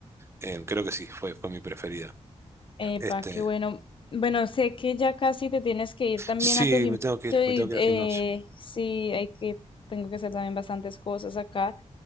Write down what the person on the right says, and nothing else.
Em, creo que sí, fue, fue mi preferida.
Este,
sí,
me tengo que ir,
me tengo que
ir al gimnasio.